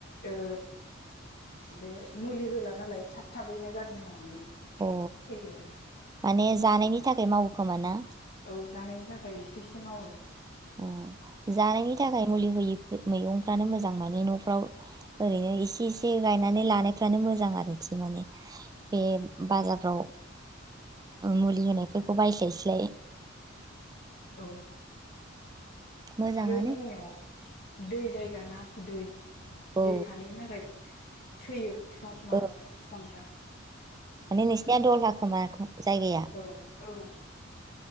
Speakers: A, on the left (about 50°); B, on the right (about 20°).
A: ओ बे मुलि होला नालाय थाब थाबैनो गाज्रि जानानै
B: अ
A: फैयो आरो
B: माने जानायनि थाखाय मावोखोमा ना?
A: औ जानायनि थाखाय एसे एसे मावो।
B: ओ जानायनि था थाखाय मुलि होयै मैगंफ्रानो मोजां माने न'फ्राव ओरैनो इसे एसे गायनानै लानायफ्रानो मोजां आरोखि माने बे बाजारफ्राव मुलि होनायफोरखौ बायस्लायस्लाय
A: औ
B: मोजाङानो
A: आरो जोंनियाव दै जायगा ना। दै
B: औ
A: दै थानायनि थाखाय थैयो फिफां माबाफ्रा
B: ओ
A: फिफांफ्रा।
B: माने नोंसिना दल हा खोमा जायगाया
A: औ औ